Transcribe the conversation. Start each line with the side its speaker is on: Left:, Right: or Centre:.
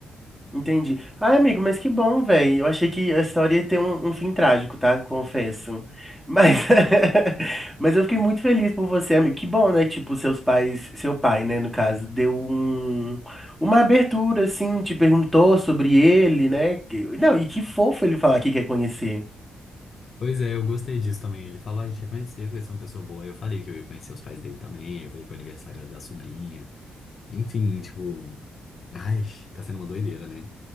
Centre: Entendi. Ai, amigo, mas que bom, velho. Eu achei que a história ia ter um, um fim trágico, tá? Confesso. Mas, <laughs> mas eu fiquei muito feliz por você, amigo. Que bom, né? Tipo, seus pais, seu pai, né, no caso, deu um, uma abertura, assim, te perguntou sobre ele, né? Que- Não, e que fofo ele falar que quer conhecer.
Left: Pois é, eu gostei disso também. Ele falou, ah, a gente quer conhecer, vai ser uma pessoa boa. Aí eu falei que eu ia conhecer os pais dele também. Aí eu falei que o aniversário era da sobrinha. Enfim, tipo, ai, tá sendo uma doideira, né?